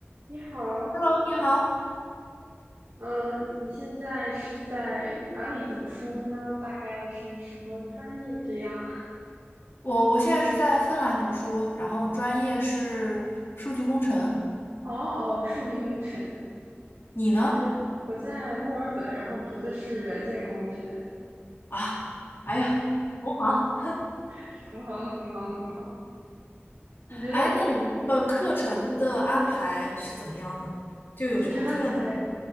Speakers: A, on the right (about 80°); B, on the left (about 60°).
A: 你好，
B: Hello，你好，
A: 嗯，你现在是在哪里读书呢？大概是什么专业这样？
B: 我我现在是在芬兰读书，然后专业是数据工程。
A: <laughs> 哦哦，数据工程。
B: 你呢？
A: 其觉得我在墨尔本，然后读的是软件工程，
B: 啊，哎呀，同行。
A: 是同行同行同行。你觉得
B: 哎，那你们这个课程的安排是怎么样的？就有什么课呢？
A: 课程安排？